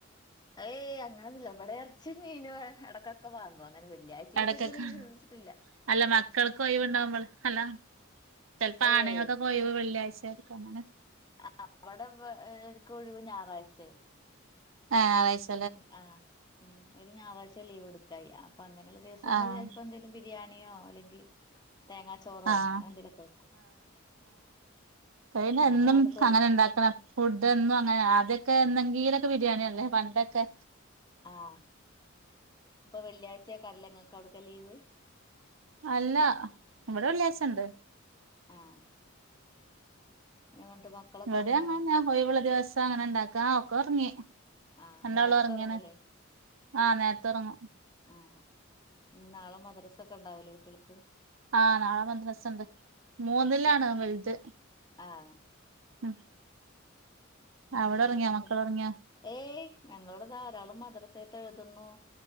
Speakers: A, on the left (about 20°); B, on the right (about 75°).
A: ഏയ് അങ്ങനൊന്നുല്ല ഇവിടെ എർച്ചിം, മീനും എടയ്ക്കൊക്കെ വാങ്ങും അങ്ങനെ വെള്ളിയായ്ച്ചീസങ്ങളില്ന്ന്
B: ഇടക്കൊക്കെ
A: വെച്ചിട്ട്.
B: അല്ല മക്കൾക്കൊഴിവുണ്ടാവുമ്പോള് അല്ല. ചിലപ്പോ
A: ഏയ്
B: ആണുങ്ങൾക്കൊക്കെ ഒഴിവ് വെള്ളിയാഴ്ച ആയിരിക്കും അങ്ങനെ.
A: ആഹ് ഇവിടെ ഓർക്ക് ഒഴിവു ഞായറാഴ്ച്ചയാ.
B: ആഹ് ഞാ
A: ആഹ് ഉം ഒരു ഞായറാഴ്ച ലീവ് എടുക്കാ ചെയ്യാ അപ്പൊ അങ്ങനെയുള്ള ദിവസങ്ങള്
B: ആഹ്
A: ചിലപ്പോ എന്തേലും. ബിരിയാണിയോ അല്ലെങ്കി തേങ്ങാ ചോറോ
B: ആഹ്
A: അങ്ങനെ എന്തേലൊക്കെ വെക്കും.
B: ട്രൈനെന്നും
A: ഞങ്ങള് അവിടക്ക് വെ
B: അങ്ങനെ ഇണ്ടാക്കണം ഫുഡ് എന്നും അങ്ങനെ ആദ്യൊക്കെ എന്നെങ്കീലൊക്കെ ബിരിയാണി അല്ലേ പണ്ടൊക്കെ.
A: ആഹ് ഇപ്പൊ വെള്ളിയാച്ചാക്കാറില്ലെ ഇങ്ങക്കവിടക്ക ലീവ്
B: അല്ല ഇവിടെല്ലാസൊണ്ട്
A: ആഹ് പിന്നെ എന്നിട്ട് മക്കളൊക്കെ
B: ഇവിടേയങ്ങന്ന
A: ഉറങ്ങിയോ
B: ഒഴിവുള്ള ദിവസം അങ്ങനെ ഇണ്ടാക്ക ആഹ് ഒക്കൊറങ്ങി
A: ആഹ്
B: രണ്ടാള്
A: നേരത്തെ
B: ഉറങ്ങേണ്
A: ഉറങ്ങൂലേ
B: ആഹ് നേരത്തെ ഒറങ്ങും
A: ആഹ് ഇനി നാളെ മദ്രസ ഒക്കെ ഇണ്ടാവില്ലേ കുട്ട്യൾക്ക്
B: ആഹ് നാളെ മദ്രസെണ്ട് മൂന്നിലാണ് വലുത്.
A: ആഹ്
B: ഉം
A: പിന്നെ
B: അവിടൊങ്ങിയാ
A: വേറെന്തൊ
B: മക്കളൊറങ്ങിയാ
A: ഏയ് ഞങ്ങളുട ദാ ഒരാളും മദ്രസേത്ത് എഴുതുന്നു